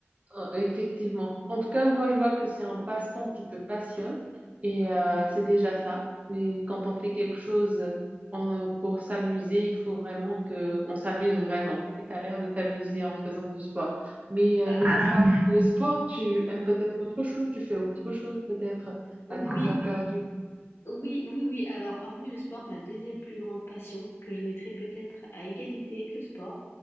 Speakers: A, on the right; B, on the left.
A: Euh, Effectivement. En tout cas, moi, je vois que c'est un passe-temps qui te passionne et euh, c'est déjà ça. Mais quand on fait quelque chose euh, en- pour s'amuser, il faut vraiment que on s'amuse vraiment. Et tu as l'air de t'amuser en faisant du sport. Mais euh,
B: Ah
A: mis
B: oui.
A: à part le sport, tu aimes peut-être autre chose, tu fais autre chose peut-être
B: Oui,
A: à tes heures perdues.
B: Oui, oui, oui. Alors, hormis le sport, ma deuxième plus grande passion, que je mettrais peut-être à égalité avec le sport,